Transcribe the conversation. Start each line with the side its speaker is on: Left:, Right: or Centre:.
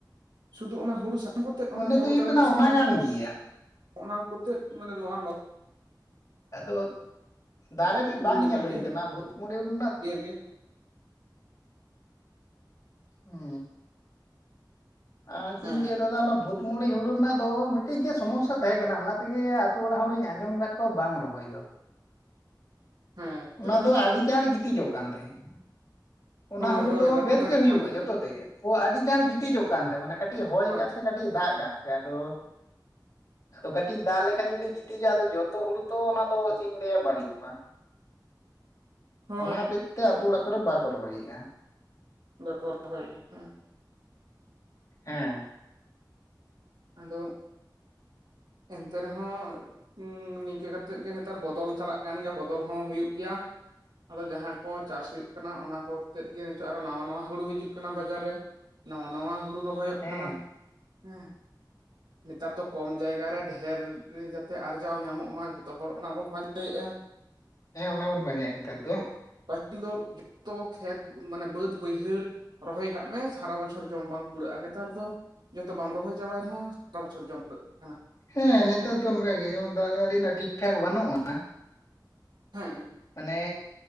Right: ᱥᱩᱫᱷᱩ ᱚᱱᱟ ᱦᱩᱲᱩ ᱥᱟᱠᱟᱢ ᱠᱚᱛᱮ ᱚᱱᱟ
Left: ᱢᱚᱱᱮ
Right: ᱡᱟᱦᱟᱸ
Left: ᱫᱚ
Right: ᱦᱩᱲᱩ
Left: ᱦᱩᱭᱩᱜ
Right: ᱫᱟᱨᱮ
Left: ᱠᱟᱱᱟ
Right: ᱨᱮᱱᱟᱜ ᱥᱟᱠᱟᱢ
Left: ᱚᱱᱟ ᱠᱟᱱ
Right: ᱠᱚ
Left: ᱜᱮᱭᱟ
Right: ᱚᱱᱟ ᱠᱚᱛᱮᱜ ᱢᱟᱱᱮ ᱱᱚᱣᱟ
Left: ᱟᱫᱚ ᱫᱟᱨᱮᱛᱮᱫ
Right: ᱦᱩᱲᱩ
Left: ᱵᱟᱝ
Right: ᱞᱮᱠᱟᱜᱮ
Left: ᱧᱮᱞ ᱦᱩᱭᱠᱟᱱᱟ ᱵᱷᱩᱛ ᱢᱩᱲᱤ ᱨᱮᱱᱟᱜ
Right: ᱦᱟᱹᱨᱭᱟᱹᱲ ᱜᱮ
Left: ᱦᱩᱸ ᱟ ᱪᱮᱫ
Right: ᱦᱮᱸ
Left: ᱤᱧ ᱞᱟᱹᱭ ᱫᱟᱫᱟ ᱚᱱᱟ ᱵᱷᱩᱛ ᱵᱷᱩᱛ ᱢᱩᱲᱤ ᱦᱩᱲᱩ ᱨᱮᱱᱟᱜ ᱫᱚ ᱢᱤᱫᱴᱤᱡ ᱜᱮ ᱥᱚᱢᱚᱥᱥᱟ ᱛᱟᱦᱮᱸ ᱠᱟᱱᱟ ᱚᱱᱟ ᱛᱮᱜᱮ ᱟᱛᱳ ᱚᱲᱟᱜ ᱦᱚᱲᱤᱧ ᱟᱸᱡᱚᱢ ᱟᱠᱟᱫ ᱠᱚᱣᱟ ᱵᱟᱝ ᱨᱚᱦᱚᱭ ᱫᱚ
Right: ᱦᱮᱸ ᱪᱮᱫ
Left: ᱚᱱᱟ
Right: ᱞᱮᱠᱟ
Left: ᱫᱚ ᱟᱹᱰᱤ ᱜᱟᱱ ᱜᱤᱛᱤᱡᱚᱜ ᱠᱟᱱ ᱛᱟᱦᱮᱸᱫ ᱚᱱᱟ
Right: ᱦᱳᱭ
Left: ᱦᱩᱲᱩ
Right: ᱦᱳᱭ
Left: ᱫᱚ
Right: ᱞᱟᱹᱴᱩ
Left: ᱵᱮᱥ
Right: ᱫᱟᱨᱮᱜ
Left: ᱜᱮ ᱦᱩᱭᱩᱜᱼᱟ
Right: ᱠᱟᱱ ᱛᱟᱦᱮᱸᱫ
Left: ᱡᱚᱛᱚ ᱛᱮᱜᱮ ᱚ ᱟᱹᱰᱤ ᱜᱟᱱ ᱜᱤᱛᱤᱡᱚᱜ ᱠᱟᱱ ᱛᱟᱦᱮᱸᱜ ᱢᱟᱱᱮ ᱠᱟᱹᱴᱤᱡ ᱮ ᱦᱚᱭ
Right: ᱦᱳᱭ
Left: ᱠᱟᱫ ᱥᱮ ᱠᱟᱹᱴᱤᱡ ᱮ ᱫᱟᱜ ᱠᱟᱫ ᱥᱮ ᱟᱫᱚ ᱟᱫᱚ ᱠᱟᱹᱴᱤᱡ ᱫᱟᱜ ᱞᱮᱠᱷᱟᱱ ᱡᱩᱫᱤ ᱜᱤᱛᱤᱡᱚᱜᱼᱟ ᱟᱫᱚ ᱡᱚᱛᱚ ᱦᱩᱲᱩ ᱛᱚ ᱚᱱᱟᱫᱚ ᱪᱮᱫ ᱤᱧ ᱞᱟᱹᱭᱟ ᱵᱟᱹᱲᱤᱡᱚᱜᱼᱟ
Right: ᱦᱳᱭ
Left: ᱚᱱᱟ ᱦᱚᱛᱮᱡ ᱛᱮ ᱟᱛᱳ ᱚᱲᱟᱜ ᱠᱚᱨᱮ ᱵᱟᱠᱚ ᱨᱚᱦᱚᱭᱮᱫᱼᱟ
Right: ᱵᱟᱠᱚ ᱨᱚᱦᱚᱭ ᱮᱫ ᱟ
Left: ᱦᱮᱸ
Right: ᱟᱫᱚ ᱮᱱᱛᱮ ᱨᱮᱦᱚᱸ ᱱᱤᱝᱠᱟᱹ ᱠᱟᱛᱮᱜ ᱜᱮ ᱱᱮᱛᱟᱨ ᱵᱚᱫᱚᱞ ᱪᱟᱞᱟᱜ ᱠᱟᱱ ᱜᱮᱭᱟ ᱵᱚᱫᱚᱞ ᱦᱚᱸ ᱦᱩᱭᱩᱜ ᱜᱮᱭᱟ ᱟᱫᱚ ᱡᱟᱦᱟᱸ ᱠᱚ ᱪᱟᱥ ᱦᱩᱭᱩᱜ ᱠᱟᱱᱟ ᱚᱱᱟ ᱠᱚ ᱛᱮᱫ ᱜᱮ ᱱᱤᱛᱚᱜ ᱟᱨᱦᱚ ᱱᱟᱣᱟ ᱱᱟᱣᱟ ᱦᱩᱲᱩ ᱦᱤᱡᱩᱜ ᱠᱟᱱᱟ ᱵᱟᱡᱟᱨ ᱨᱮ ᱱᱟᱣᱟ ᱱᱟᱣᱟ ᱦᱩᱲᱩ ᱨᱚᱦᱚᱭᱚᱜ
Left: ᱦᱮᱸ
Right: ᱠᱟᱱᱟ ᱦᱮᱸ ᱱᱮᱛᱟᱨ ᱫᱚ ᱠᱚᱢ ᱡᱟᱭᱜᱟ ᱨᱮ ᱰᱷᱮᱨ ᱡᱟᱛᱮ ᱟᱨᱡᱟᱣ ᱧᱟᱢᱚᱜ ᱢᱟ ᱡᱚᱛᱚ ᱦᱚᱲ ᱚᱱᱟ ᱵᱚᱱ ᱯᱟᱸᱧᱪᱟᱭᱮᱜᱼᱟ
Left: ᱦᱮᱸ ᱚᱱᱟ ᱵᱚᱱ ᱯᱟᱸᱡᱟᱭᱮᱫᱼᱟ ᱱᱮᱛᱟᱨ ᱫᱚ
Right: ᱯᱟᱹᱦᱤᱞ ᱫᱚ ᱡᱚᱛᱚ ᱠᱷᱮᱛ ᱢᱟᱱᱮ ᱵᱟᱹᱫ ᱵᱟᱹᱭᱦᱟᱹᱲ ᱨᱚᱦᱚᱭ ᱠᱟᱜ ᱢᱮ ᱥᱟᱨᱟ ᱵᱚᱪᱷᱚᱨ ᱡᱚᱢ ᱵᱟᱝ ᱠᱩᱲᱟᱹᱜᱼᱟ ᱱᱮᱛᱟᱨ ᱫᱚ ᱡᱚᱛᱚ ᱵᱟᱢ ᱨᱚᱦᱚᱭ ᱪᱟᱵᱟᱭ ᱨᱮᱦᱚᱸ ᱥᱟᱨᱟ ᱵᱚᱪᱷᱚᱨ ᱡᱚᱢ ᱯᱩᱨᱟᱹᱜ ᱠᱟᱱᱟ
Left: ᱦᱮᱸ ᱱᱮᱛᱟᱨ ᱫᱚ ᱚᱱᱠᱟ ᱜᱮ ᱡᱮᱢᱚᱱ ᱫᱟᱜ ᱢᱟ. ᱲᱤ ᱨᱮᱱᱟᱜ ᱴᱷᱤᱠ ᱴᱷᱟᱠ ᱵᱟᱹᱱᱩᱜᱼᱟ
Right: ᱦᱮᱸ
Left: ᱢᱟᱱᱮ